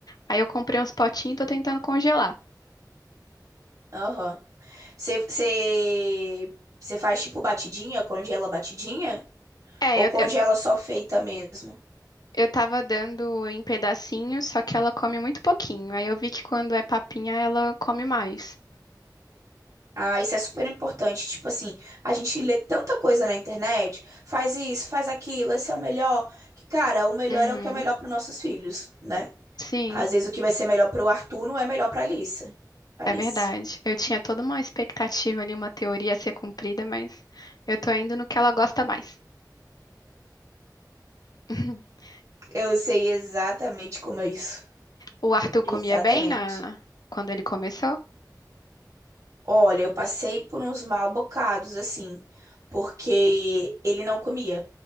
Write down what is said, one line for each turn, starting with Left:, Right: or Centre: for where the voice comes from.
Left: Aí eu comprei uns potinhos
Right: Sim.
Left: e tô tentando congelar.
Right: Aham. Você você- você faz tipo batidinha, congela batidinha?
Left: É,
Right: Ou
Left: eu,
Right: congela
Left: eu
Right: só feita mesmo?
Left: Eu tava dando em pedacinhos, só que ela come muito pouquinho. Aí eu vi que quando é papinha, ela come mais.
Right: Ah, isso é super importante. Tipo assim, a gente lê tanta coisa na internet, faz isso, faz aquilo, esse é o melhor. Que, cara, o melhor
Left: Uhum.
Right: é o que é melhor para nossos filhos, né?
Left: Sim,
Right: Às vezes o que vai ser melhor para o Arthur não é melhor para Alice. Alice.
Left: é verdade. Eu tinha toda uma expectativa ali, uma teoria a ser cumprida, mas eu tô indo no que ela gosta mais. <laughs>
Right: Eu sei exatamente como é isso.
Left: O Arthur comia
Right: Exatamente.
Left: bem na... quando ele começou?
Right: Olha, eu passei por uns mal bocados, assim, porque ele não comia.